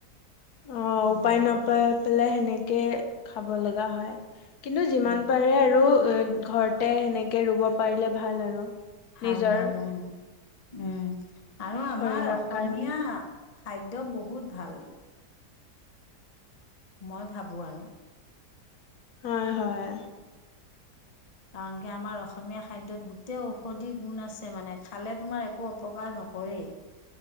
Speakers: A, on the left; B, on the left.
A: অ
B: উম
A: উপায় নাপাই পেলাই সেনেকে সেনেকে খাব লগা হয় কিন্তু যিমান
B: উম
A: পাৰে আৰু ঘৰতে সেনেকে ৰুব পাৰিলে ভাল আৰু
B: ভাল
A: নিজৰ
B: ভাল উম উম আৰু আমাৰ
A: শৰীৰৰ
B: অসমীয়া।
A: কাৰণে
B: খাদ্য বহুত ভাল। মই ভাবোঁ আৰু।
A: হয় হয়।
B: কাৰণ কি আমাৰ অসমীয়া খাদ্যত গোটেই ঔষধি গুণ আছে মানে খালে তোমাৰ একো অপকাৰ নকৰেই।